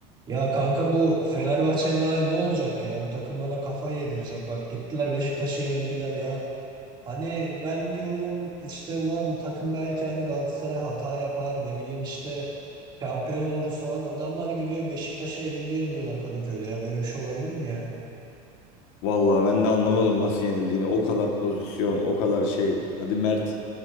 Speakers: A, on the right; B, on the left.
A: Ya kanka bu Fenerbahçe'nin hali ne olacak ya? Bu takım bana kafayı yedirecek. Bak gittiler Beşiktaş'a yenildiler ya. Hani ben diyorum işte ulan takım belki hani Galatasaray hata yapar ne bileyim işte şampiyon oluruz falan. Adamlar gidiyor Beşiktaş'a evinde yeniliyorlar Kadıköy'de ya. Böyle bir şey olabilir mi ya?
B: Vallahi ben de anlamadım nasıl yenildiğini. O kadar pozisyon, o kadar şey. Hadi Mert,